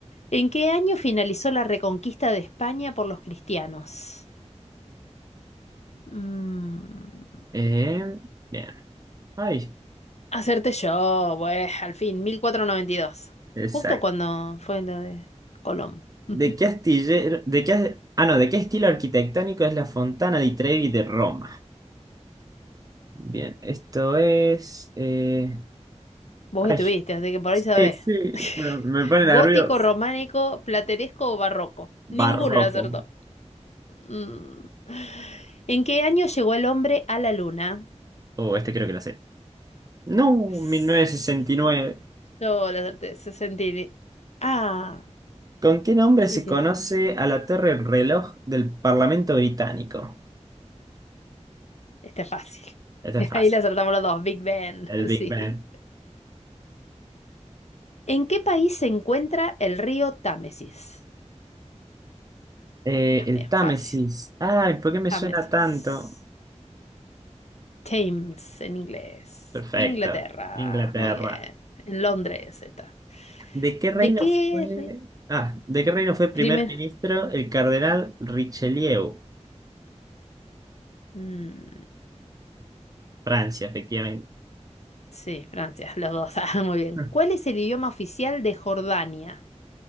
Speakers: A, on the left; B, on the right.
A: ¿En qué año finalizó la reconquista de España por los cristianos? Mm,
B: Eh, bien. Ay,
A: Acerté yo, pues, al fin, mil cuatrocientos noventa y dos
B: exacto.
A: Justo cuando fue la de Colón. <laughs>
B: ¿De qué astillero, de qué, as- ah, no, de qué estilo arquitectónico es la Fontana di Trevi de Roma? Bien, esto es. eh,
A: Vos
B: ay,
A: estuviste,
B: sí,
A: así que por ahí sabés.
B: sí,
A: <laughs>
B: pero me pone
A: Gótico,
B: nervioso.
A: románico, plateresco o barroco. Ninguno
B: Barroco.
A: lo acertó. Mm. ¿En qué año llegó el hombre a la luna?
B: Oh, este creo que lo sé. No,
A: S-
B: 1969.
A: Yo la acerté, 60. Ah,
B: ¿Con qué nombre
A: sí,
B: se
A: sí,
B: conoce a la Torre Reloj del Parlamento Británico?
A: está fácil.
B: Este
A: <laughs>
B: es
A: Ahí
B: fácil.
A: la acertamos los dos, Big Ben,
B: El
A: <laughs>
B: Big
A: sí.
B: Ben.
A: ¿En qué país se encuentra el río Támesis?
B: Eh,
A: También
B: el Támesis.
A: fácil.
B: Ay, ¿por qué me
A: Támesis.
B: suena tanto?
A: Thames en inglés.
B: Perfecto.
A: Inglaterra,
B: Inglaterra.
A: muy bien. En Londres está.
B: ¿De qué reino
A: ¿De qué
B: fue?
A: re-
B: Ah, ¿de qué reino fue primer
A: primer?
B: ministro el cardenal Richelieu?
A: Mm,
B: Francia, efectivamente.
A: sí, Francia, los dos. <laughs> Ah, muy bien.
B: <laughs>
A: ¿Cuál es el idioma oficial de Jordania?